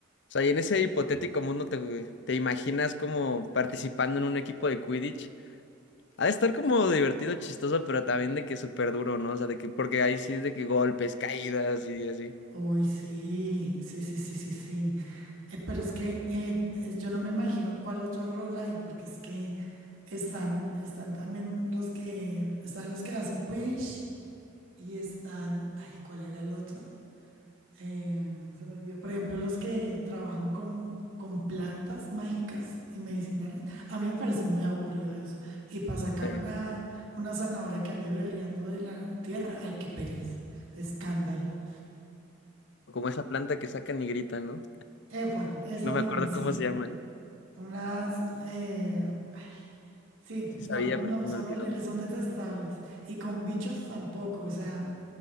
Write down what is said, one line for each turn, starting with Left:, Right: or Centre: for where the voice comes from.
Left: O sea, y en ese hipotético mundo te, te imaginas como participando en un equipo de Quidditch Ha de estar como divertido, chistoso, pero también de que súper duro, ¿no? O sea, de que, porque ahí sí es de que golpes, caídas y así.
Right: Uy, sí, sí, sí, sí, sí, sí. Eh, pero es que eh, es- yo no me imagino cuál otro rol hay, porque es que están, están también los que, están los que hacen Quidditch y están, ay, ¿cuál era el otro? eh, se me olvidó. Por ejemplo, los que trabajan con, con plantas mágicas y medicinales. A mí me parece muy aburrido eso. Y para sacar
Left: Eh,
Right: una, una zanahoria que ande berreando de la tierra, ay, qué pereza. Escándalo.
Left: como esa planta que sacan y gritan, ¿no?
Right: Epa, esa
Left: No
Right: misma,
Left: me acuerdo
Right: sí.
Left: cómo se llama.
Right: Unas. eh, ay, sí,
Left: Sí sabía,
Right: no, no,
Left: pero se me
Right: son
Left: olvidó.
Right: horribles,
Left: <laughs>
Right: son detestables. Y con bichos tampoco. O sea,